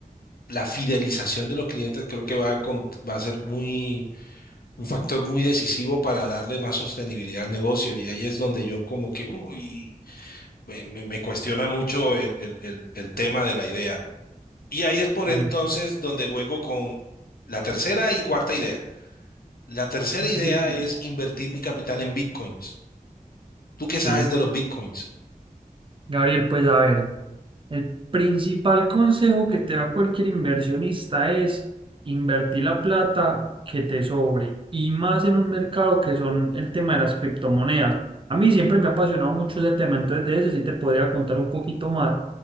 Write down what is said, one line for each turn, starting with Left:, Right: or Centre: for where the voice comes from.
Left: la fidelización de los clientes creo que va a, cont- va a ser muy un factor muy decisivo para darle más sostenibilidad al negocio. Y ahí es donde yo como que, uy, me, me- me cuestiona mucho el, el- el- el tema de la idea. Y ahí es por entonces
Right: Sí.
Left: donde vengo con la tercera y cuarta idea. La tercera idea
Right: Dina.
Left: es invertir mi capital en bitcoins. ¿Tú qué sabes
Right: Sí.
Left: de los bitcoins?
Right: Gabriel, pues a ver, el principal consejo que te da cualquier inversionista es invertir la plata que te sobre y más en un mercado que son el tema de las criptomonedas. A mí siempre me ha apasionado mucho ese tema, entonces de eso sí te podría contar un poquito más.